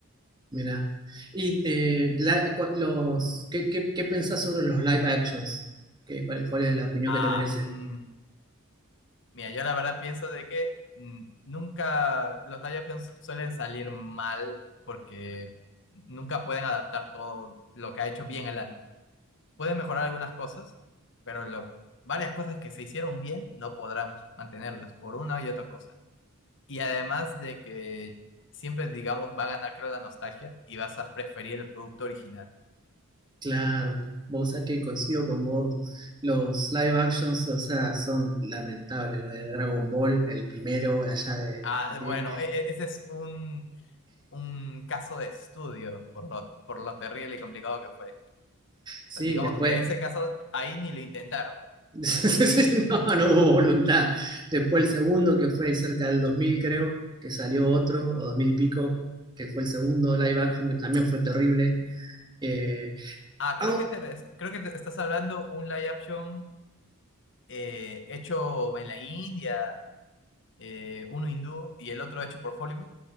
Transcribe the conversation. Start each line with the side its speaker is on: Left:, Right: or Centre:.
Right: Mira. Y eh, la- cua- los, ¿qué, qué, qué pensás sobre los live actions? ¿Qué, cuál, cuál es la opinión
Left: Ah,
Right: que te merece?
Left: mm, mira, yo la verdad pienso de que mm, nunca los live actions suelen salir mal porque nunca pueden adaptar todo lo que ha hecho bien el anime. Pueden mejorar algunas cosas, pero lo- varias cosas que se hicieron bien no podrán mantenerlas por una y otra cosa. Y además de que siempre, digamos, va a ganar, creo, la nostalgia y vas a preferir el producto original.
Right: Claro, vos sabés que coincido con vos. Los live actions, o sea, son lamentables. Lo de Dragon Ball, el primero, allá de,
Left: Ah,
Right: de-
Left: bueno, e- e- ese es un, un caso de estudio por lo, por lo terrible y complicado que fue.
Right: sí,
Left: O sea, digamos
Right: después.
Left: que ese caso ahí ni lo intentaron.
Right: <laughs> Sí, No, no hubo voluntad. Después el segundo, que fue cerca del 2000 creo, que salió otro, o 2000 y pico, que fue el segundo live action, que también fue terrible. eh,
Left: Ah,
Right: Au-
Left: creo que te, res- creo que te estás hablando un live action eh, hecho en la India, eh, uno hindú y el otro hecho por Hollywood.